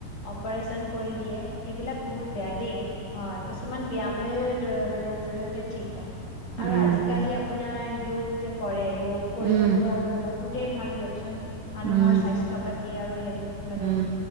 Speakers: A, on the left; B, on the right.
A: অপাৰেচন কৰি দিয়ে। সেইবিলাক বহুত বেয়া দেই, হয়। কিছুমান ব্যায়ামে <unintelligible> মানে জৰি়য়তে ঠিক হয়।
B: উম,
A: আৰু আজিকালি আপোনাৰ য়োগ যে কৰে যোগ কৰিলেতো
B: উম,
A: আৰু বহুত <unintelligible> ভাল দিয়কচোন। মানুহৰ
B: উম,
A: স্বাস্থ্য পাতি আৰু হেৰি মানে,
B: উম,